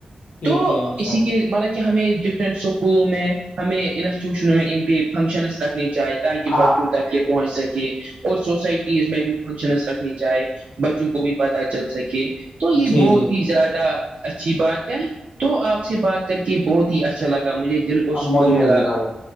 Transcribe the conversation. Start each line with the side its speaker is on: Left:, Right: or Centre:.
Left: ٹھیک
Right: تو
Left: ہے انشاء
Right: اسی
Left: اللہ
Right: کے مطلب کہ ہمیں ڈفرینٹ اسکولوں میں ہمیں انسٹیٹیوشنوں میں ان پہ فنکشنس رکھنی چاہے تاکہ
Left: ہاں
Right: بچوں
Left: ہاں
Right: تک پہنچ سکے اور سوسائٹیز میں بھی فنکشنس رکھنی چاہے بچوں کو بھی پت چل سکے تو یہ
Left: جی
Right: بہت
Left: جی جی
Right: ہی زیادہ اچھی بات ہے تو آپ سے بات کر کے بہت ہی اچھا لگا مجھے دل کو
Left: اب
Right: سکون
Left: مجھے
Right: ملا
Left: بھی بھائی